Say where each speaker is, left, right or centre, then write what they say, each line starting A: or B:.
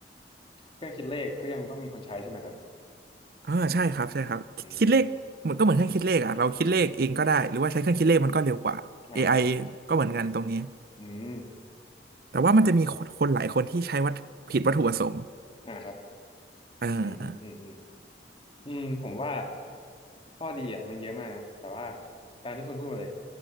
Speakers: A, on the left; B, on the right.
A: ๆเครื่องคิดเลขก็ยังต้องมีคนใช้ใช่ไหมครับ
B: อ่าใช่ครับใช่ครับคิดคิดเลขเหมือนก็เหมือนเครื่องคิดเลขอ่ะเราคิดเลขเองก็ได้
A: อืม
B: หรือว่าใช้เครื่องคิดเลขมันก็เร็วกว่า
A: อ่าครับ
B: AI ก็เหมือนกันตรงนี้
A: อืม
B: แต่ว่ามันจะมีคนคนหลายคนที่ใช้วัตผิดวัตถุประสงค์
A: อ่าครับ
B: อ่า
A: อืมอืมอืมอืม อืมผมว่าข้อดีอ่ะมันเยอะมากนะแต่ว่าตามที่คุณพูดมาเลย